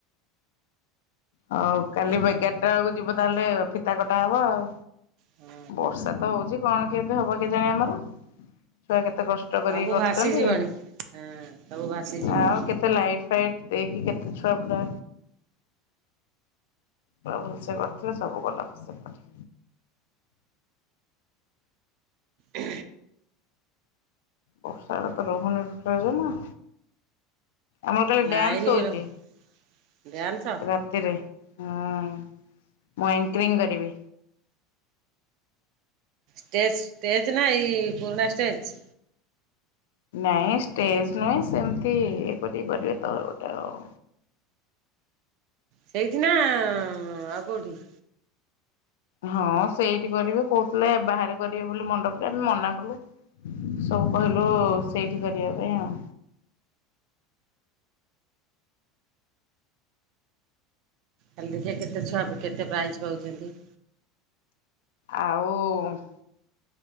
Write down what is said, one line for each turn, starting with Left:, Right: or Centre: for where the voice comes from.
Left: ହଉ କାଲି ଏଗାରଟା ବେଳକୁ ଯିବ ତାହେଲେ ଫିତା କଟା ହବ ଆଉ।
Right: ହଁ
Left: ବର୍ଷା ତ ହଉଛି କଣ କେମିତି ହବ କେଜାଣି ଆମର। ଛୁଆ କେତେ କଷ୍ଟ
Right: ସବୁ
Left: କରିକି କରୁଛନ୍ତି
Right: ଭାସିଯିବଣି ହଁ ସବୁ ଭାସିଯିବଣି
Left: ଆଉ କେତେ ଲାଇଟ ଫାଇଟ ଦେଇ କି କେତେ ଛୁଆ ପୁରା ପୁରା ଭଲସେ କରିଥିଲେ ସବୁ ଗଲା ଫସର ଫାଟି।
Right: ହୁଁ।
Left: ବର୍ଷାଟାତ ରହୁନୀ ଟୋଟାଲ ଜମା। ଆମର ତାହାଲେ
Right: ଲାଇନ
Left: ଡ୍ୟାନ୍ସ
Right: ବି
Left: ହଉଛି
Right: ରହୁନି। ଡ୍ୟାନ୍ସ
Left: ରାତି ରାତିରେ ହଁ ମୁଁ ଆଙ୍କିରିଙ୍ଗ କରିବି।
Right: ଷ୍ଟେଜ୍ ଷ୍ଟେଜ୍ ନା ଏଇ ପୁରୁଣା ଷ୍ଟେଜ୍?
Left: ନାଇଁ ଷ୍ଟେଜ ନୁହେଁ ସେମିତି ଇଏ କରିକି କରିବେ ତ ଗୋଟେ ଆଉ।
Right: ସେଇଠି ନା ଆଉ କେଉଁଠି?
Left: ହଁ ସେଇଠି କରିବେ କହୁଥିଲେ ବାହାରେ କରିବେ ବୋଲି ମଣ୍ଡପରେ ଆମେ ମନା କଲୁ। ସବୁ କହିଲୁ ସେଇଠି କରିବା ପାଇଁ ଆଉ।
Right: କାଲି ଦେଖିବା କେତେ ଛୁଆ କେତେ ପ୍ରାଇଜ୍ ପାଉଛନ୍ତି।
Left: ଆଉ କୁ